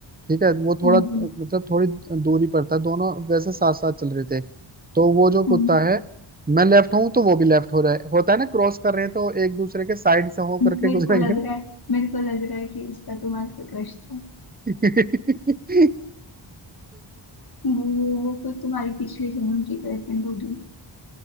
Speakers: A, on the right; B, on the left.
A: ठीक है वो थोड़ा
B: हम्म
A: मतलब
B: हम्म
A: थोड़ी दूरी पर था दोनों वैसे साथ साथ चल रहे थे तो वो जो कुत्ता
B: हम्म।
A: है मैं लेफ्ट हूँ तो वो भी लेफ्ट हो रहा है होता है ना क्रॉस कर रहे हैं तो एक दूसरे के साइड से हो
B: मेरे
A: करके गुजरेंगे
B: को लग रहा है मेरे को लग रहा है कि उसका तुम्हारे पे क्रश था
A: नहीं
B: वो वो कोई तुम्हारी पिछले जन्म की गर्लफ्रेंड होगी